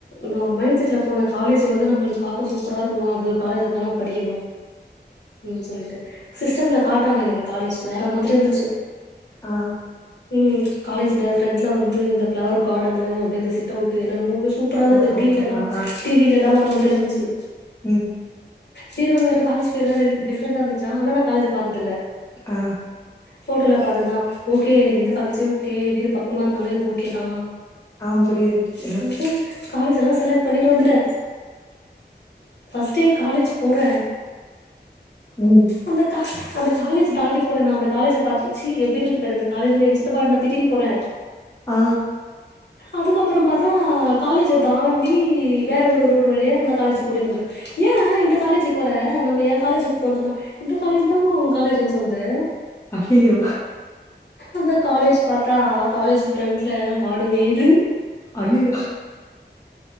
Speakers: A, on the left (about 70°); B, on the left (about 15°).
A: நா ஒரு மைண்ட்செட்ல போன காலேஜி வந்து நம்ளுக்கு பாக்க சூப்பரா இருக்கணு அப்டி ஒரு காலேஜ்லதா நாம் படிக்கணு ம் சொல்லிட்டு சிஸ்டம்ல காட்ராங்க எனக்கு காலேஜ் வேற மாதிரி இருந்துச்சு
B: ஆ
A: ம் காலேஜில ஃப்ரெண்ட்ஸ்லா வந்து இந்த ஃப்ளவர் காடனு அப்டே இந்த சி தவ்ட்டு என்ன்னமோ சூப்பரா இருந்தது
B: அ, அ,
A: டிவில
B: அ,
A: எல்லா
B: அ, அ.
A: டிவில எல்லா வர மாதிரி இருந்துச்சு
B: ம்.
A: பேரு வேற காலேஜு பேரு வேற டிஃப்ரெண்டா இருந்துச்சா ஆனா நா காலேஜு பாத்ததில்ல
B: ஆ
A: போட்டோல பாத்தத்தா ஓகே எனக்கு இந்த காலேஜே ஓகே வீடு பக்கமா இருந்தாலு எனக்கு ஓகே தா
B: ஆம் புரியிது எனக்
A: சொல்ட்டு காலேஜ் எல்லா செலக் பண்ணிட்டு வந்துட்டே ஃபஸ்ட் டே காலேஜ் போற
B: ம்
A: அந்த கா அந்த காலேஜி தாண்டி போற நா அந்த காலேஜ பாத்து சீ எப்டி இருக்குதுபாரு இந்த காலேஜினு எங் சித்தப்பாட் நா திட்டின் போறே
B: ஆ
A: அதுக்கப்புறம் பாத்தா காலேஜ தாண்டி வேற ஒரு ரோ டு வழியா அந்த காலேஜிக் கூட்டின்போது ஏ இந்த காலேஜிக் வர நம்ம எ காலேஜிக் போன் சொன்னா இந்த காலேஜ் தா மா உ காலேஜின் சொல்து
B: அய்யய்யோ!
A: அந்த காலேஜ் பாத்தா காலேஜு ஃப்ரென்ட்ல மாடு மேயிது
B: ஐயியோ